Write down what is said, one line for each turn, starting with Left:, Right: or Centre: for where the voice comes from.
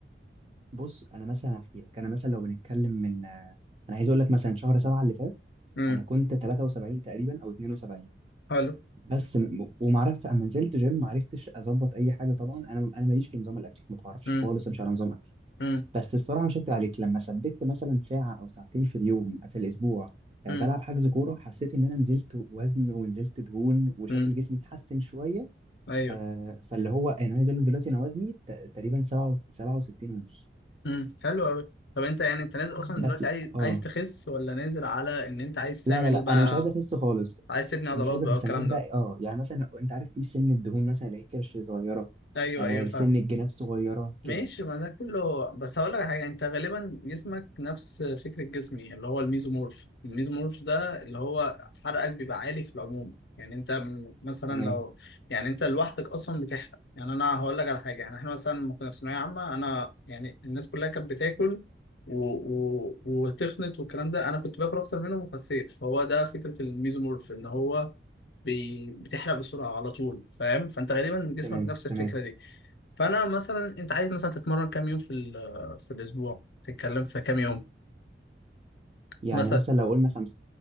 Right: <laughs> بص انا مثلا هحكي لك انا مثلا لو بنتكلم من آه، انا عايز اقول لك مثلا شهر سبعة اللي فات
Left: امم
Right: انا كنت 73 تقريبا او 72
Left: حلو
Right: بس م- ومعرفت اما نزلت جيم ما عرفتش اظبط اي حاجه طبعا انا انا ماليش في نظام الاكل ما بعرفش
Left: امم
Right: خالص امشي على نظام اكل
Left: امم
Right: بس الصراحه مش هكدب عليك لما ثبت مثلا ساعه او ساعتين في اليوم في الاسبوع آه،
Left: امم
Right: بلعب حجز كوره حسيت ان انا نزلت وزن ونزلت دهون وشكل
Left: امم
Right: جسمي اتحسن شويه
Left: ايوه
Right: آه، فاللي هو يعني انا عايز اقول لك دلوقتي انا وزني ت- تقريبا 67 ونص
Left: امم حلو قوي طب انت يعني انت نازل اصلا
Right: بس
Left: دلوقتي عايز
Right: اه
Left: عايز تخس ولا نازل على ان انت عايز تعمل
Right: لا لا لا
Left: بقى
Right: انا مش عايز اخس خالص
Left: عايز تبني عضلات
Right: مش عايز
Left: بقى
Right: اخس
Left: والكلام
Right: انا عايز بقى
Left: ده
Right: اه يعني مثلا انت عارف في سن الدهون مثلا اللي هي كرش صغيره
Left: ايوه
Right: آه
Left: ايوه فاهم
Right: سن الجناب صغيره كده
Left: ماشي ما ده كله بس هقول لك على حاجه انت غالبا جسمك نفس فكره جسمي اللي هو الميزومورف الميزومورف ده اللي هو حرقك بيبقى عالي في العموم يعني انت م- مثلا
Right: تمام
Left: لو يعني انت لوحدك اصلا بتحرق يعني انا هقول لك على حاجه يعني احنا مثلا لما كنا في ثانويه عامه انا يعني الناس كلها كانت بتاكل و... و... وتخنت والكلام ده انا كنت باكل اكتر منهم وخسيت فهو ده فكره الميزومورف ان هو بي... بتحرق بسرعه على طول فاهم فانت غالبا جسمك
Right: تمام
Left: نفس الفكره
Right: تمام
Left: دي فانا مثلا انت عايز مثلا تتمرن كام يوم في ال- في الاسبوع تتكلم في كام يوم
Right: يعني
Left: مثلا
Right: مثلا لو قلنا خمسه